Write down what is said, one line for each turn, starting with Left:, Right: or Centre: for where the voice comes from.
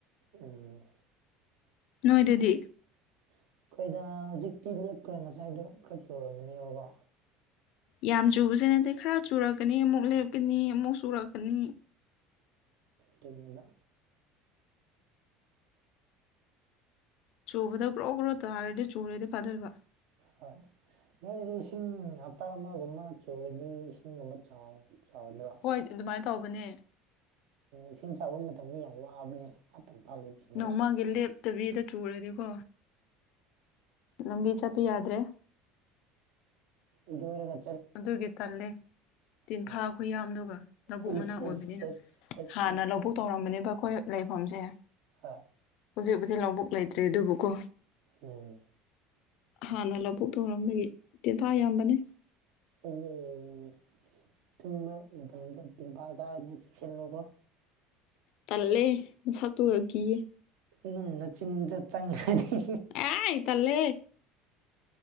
Right: ꯎꯝ
Left: ꯅꯣꯏꯗꯗꯤ
Right: ꯑꯩꯈꯣꯏꯗ ꯍꯧꯖꯤꯛꯇꯤ ꯂꯦꯞꯈ꯭ꯔꯦ ꯉꯁꯥꯏꯗꯣ ꯈꯔ ꯆꯨꯔꯃꯅꯦꯕꯀꯣ
Left: ꯌꯥꯝ ꯆꯨꯕꯁꯦ ꯅꯠꯇꯦ ꯈꯔ ꯆꯨꯔꯛꯀꯅꯤ ꯑꯃꯨꯛ ꯂꯦꯞꯀꯅꯤ ꯑꯃꯨꯛ ꯆꯨꯔꯛꯀꯅꯤ
Right: ꯇ꯭ꯔꯅꯤꯡꯡꯗ
Left: ꯆꯨꯕꯗ ꯒ꯭ꯔꯣ ꯒ꯭ꯔꯣ ꯇꯥꯔꯗꯤ ꯆꯨꯔꯗꯤ ꯐꯥꯗꯣꯏꯕ
Right: ꯍꯣꯏ ꯅꯣꯏꯗꯤ ꯏꯁꯤꯡ ꯍꯇꯥ ꯑꯃꯒꯨꯝꯕ ꯆꯔꯤꯅꯤ ꯏꯁꯤꯡꯒꯨꯝꯕ ꯆꯥꯎꯅꯤ ꯑꯣ
Left: ꯍꯣꯏ ꯑꯗꯨꯃꯥꯏꯅ ꯇꯧꯕꯅꯦ
Right: ꯏꯁꯤꯡ ꯆꯥꯕ ꯃꯇꯝꯗ ꯌꯥꯝ ꯋꯥꯕꯅꯦ ꯇꯝꯄꯥꯛ ꯂꯩꯕꯁꯤꯡꯗꯤ
Left: ꯅꯣꯡꯃꯒꯤ ꯂꯦꯞꯇꯕꯤꯗ ꯆꯨꯔꯗꯤꯀꯣ ꯂꯝꯕꯤ ꯆꯠꯄ ꯌꯥꯗ꯭ꯔꯦ
Right: ꯏꯗ
Left: ꯑꯗꯨꯒꯤ ꯇꯂꯦ ꯇꯤꯟꯐꯥꯈꯣꯏ
Right: ꯑꯣ
Left: ꯌꯥꯝꯗꯨꯒ ꯂꯧꯕꯨꯛ
Right: ꯑꯩꯁ
Left: ꯃꯅꯥꯛ ꯑꯣꯏꯕꯅꯤꯅ
Right: ꯑꯁ ꯑꯁ
Left: ꯍꯥꯟꯅ
Right: ꯑꯁ
Left: ꯂꯧꯕꯨꯛ ꯇꯧꯔꯝꯕꯅꯦꯕ ꯑꯩꯈꯣꯏ ꯐꯣꯝꯖꯦ
Right: ꯑ
Left: ꯍꯧꯖꯤꯛꯕꯨꯗꯤ ꯂꯧꯕꯨꯛ ꯂꯩꯇ꯭ꯔꯦ ꯑꯗꯨꯕꯨꯀꯣ
Right: ꯎꯝ
Left: ꯍꯥꯟꯅ ꯂꯧꯕꯨ ꯊꯧꯔꯝꯕꯒꯤ ꯇꯦꯟꯐꯥ ꯌꯥꯝꯕꯅꯦ
Right: ꯑꯩ ꯇꯨꯝꯕ ꯃꯇꯝꯗ ꯇꯤꯝꯐꯥ ꯀꯅꯤ ꯆꯨꯁꯤꯜꯂꯣꯀꯣ
Left: ꯇꯜꯂꯦ ꯃꯁꯛꯇꯨꯒ ꯀꯤꯌꯦ
Right: ꯅꯨꯡꯅꯆꯤꯟꯗ ꯆꯪꯉꯅꯤ
Left: ꯑꯥꯏ ꯇꯜꯂꯦ